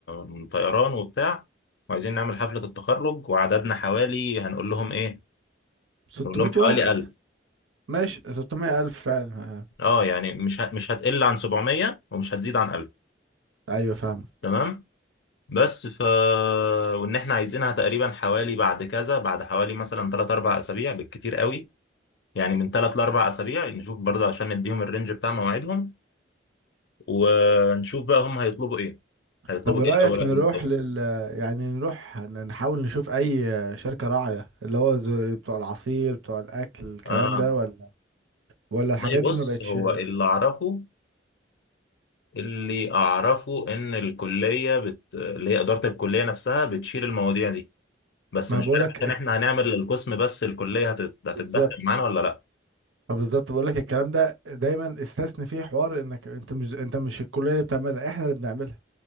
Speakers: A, on the left; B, on the right.
A: من طيران وبتاع وعايزين نعمل حفلة التخرج وعددنا حوالي هنقول لهم إيه؟
B: 600
A: نقول لهم حوالي
B: واحد
A: 1000
B: ماشي 600 ألف فعلا ها.
A: أه يعني مش ه... مش هتقل عن 700 ومش هتزيد عن 1000
B: أيوة فاهمك
A: تمام بس ف وإن إحنا عايزينها تقريبا حوالي بعد كذا بعد حوالي مثلا 3 4 أسابيع بالكتير قوي يعني من 3 ل 4 أسابيع نشوف برضه عشان نديهم الرينج بتاع مواعيدهم ونشوف بقى هم هيطلبوا ايه هيطلبوا
B: طب رأيك
A: ايه الاوراق
B: نروح
A: بالظبط
B: لل يعني نروح ن- نحاول نشوف أي شركة راعية اللي هو زو... بتوع العصير بتوع الأكل الكلام
A: اه
B: ده ولا ولا
A: والله
B: الحاجات دي
A: بص
B: ما بقتش
A: هو اللي اعرفه اللي اعرفه ان الكليه بت... اللي هي اداره الكليه نفسها بتشيل المواضيع دي بس
B: ما
A: مش
B: بقولك
A: عارف عشان احنا هنعمل للقسم بس الكليه هتت... هتتدخل
B: بالظبط
A: معانا ولا لا
B: ما بالظبط بقولك الكلام ده دايما استثني فيه حوار انك انت مش انت مش الكلية اللي بتعملها احنا اللي بنعملها